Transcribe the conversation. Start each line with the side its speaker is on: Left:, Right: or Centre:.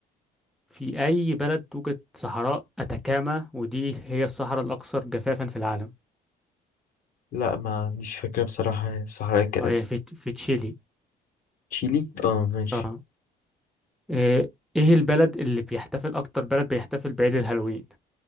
Centre: في أي بلد توجد صحراء أتاكاما ودي هي الصحراء الأكثر جفافا في العالم
Left: لا ما عنديش فكره بصراحه الصحراء كانت
Centre: اه هي في في تشيلي
Left: تشيلي اه ماشي
Centre: اه إيه إيه البلد اللي بيحتفل أكتر بلد بيحتفل بعيد الهالوين